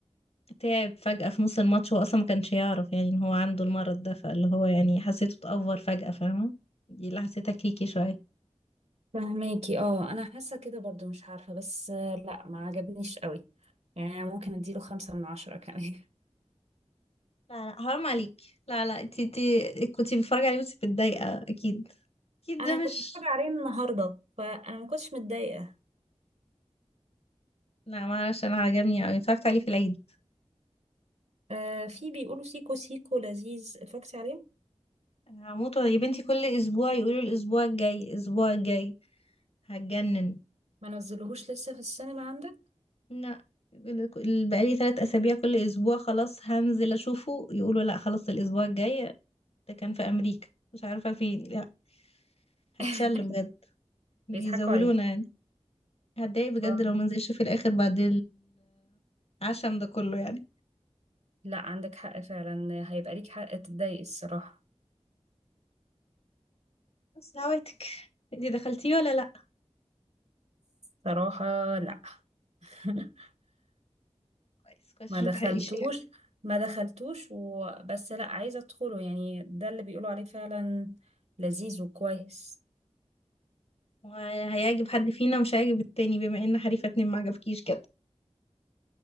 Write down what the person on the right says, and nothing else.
فهماكي اه انا حاسه كده برضو مش عارفه بس آه، لا ما عجبنيش قوي يعني أنا ممكن اديله خمسة من عشرة كمان <laughs>
انا
كنت
بتفرج عليه النهارده فانا ما كنتش متضايقه
آه في بيقولوا سيكو سيكو لذيذ اتفرجتي عليه
ما نزلوهوش لسه في السينما عندك
<laughs>
بيضحكوا عليك
آه.
لا عندك حق فعلا هيبقى ليك حق تتضايق الصراحه
صراحه لا <laughs>
ما
دخلتوش
ما دخلتوش وبس لا عايزة ادخله يعني ده اللي بيقولوا عليه فعلا لذيذ وكويس